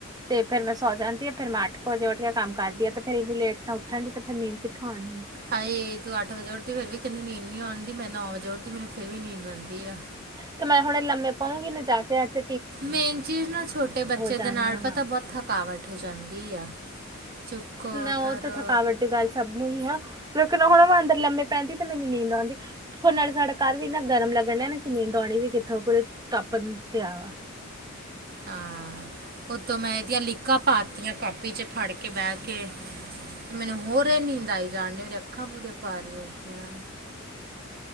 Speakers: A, on the right (about 20°); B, on the right (about 50°).
A: ਤੇ ਫੇਰ ਮੈਂ ਸੌ ਜਾਂਦੀ ਫੇਰ ਮੈਂ ਅੱਠ ਵਜੇ ਉੱਠ ਕੇ ਕੰਮ ਕਰਦੀ ਆ ਤੇ ਫੇਰ ਇੰਨੀ ਲੇਟ ਤਾਂ ਉਠਾਂਗੀ ਤੇ ਫਿਰ ਨੀਦ ਕਿੱਥੋਂ ਆਉਣੀ ਆ।
B: ਹਾਏ ਤੂੰ ਅੱਠ ਵਜੇ ਉੱਠਦੀ ਫਿਰ ਵੀ ਕਹਿੰਦੀ ਨੀਂਦ ਨੀ ਆਉਣਦੀ ਮੈਂ ਨੌ ਵਜੇ ਉੱਠਦੀ ਮੈਨੂੰ ਫਿਰ ਵੀ ਨੀਂਦ ਆਉਂਦੀ ਆ।
A: ਤੇ ਮੈਂ ਹੁਣੇ ਲੰਮੇ ਪਊਂਗੀ ਨਾ ਜਾ ਕੇ ਅੱਜ
B: ਮੇਨ ਚੀਜ਼ ਨਾ ਛੋਟੇ ਬੱਚੇ
A: ਜਾਣੀਆਂ
B: ਦੇ ਨਾਲ
A: ਵਾ
B: ਪਤਾ ਬੋਤ ਥਕਾਵਟ ਹੋ ਜਾਂਦੀ ਆ। ਚੁੱਕੋ
A: ਨਾ
B: ਕਰੋ
A: ਓ ਤੇ ਥਕਾਵਟ ਦੀ ਗੱਲ ਸਭ ਨੂੰ ਈ ਆ। ਲੇਕਿਨ ਹੁਣੈ ਮੈਂ ਅੰਦਰ ਲਮੇ ਪੈਂਦੀ ਤੇ ਮੈਨੂੰ ਨੀਂਦ ਆਉਂਦੀ। ਹੁਣ ਨਾਲੇ ਸਾਡਾ ਘਰ ਵੀ ਨਾ ਗਰਮ ਲੱਗਣ ਡਆ ਨਾ ਕਿ ਨੀਂਦ ਆਉਣੀ ਵੀ ਕਿੱਥੋਂ ਪੂਰੇ ਤਪਣ ਪਿਆ ਵਾ।
B: ਹਾਂ ਉਤੋਂ ਮੈਂ ਏਦੀਆਂ ਲੀਕਾਂ ਪਾਤੀਆਂ ਕਾਪੀ 'ਚ ਫੜ ਕੇ ਬਹਿ ਕੇ। ਤੇ ਮੈਨੂੰ ਹੋਰ ਨੀਂਦ ਆਈ ਜਾਣ ਡੀ ਮੇਰੀ ਅੱਖਾਂ ਪੂਰੀ ਭਾਰੀ ਹੋ ਗਿਆਂ।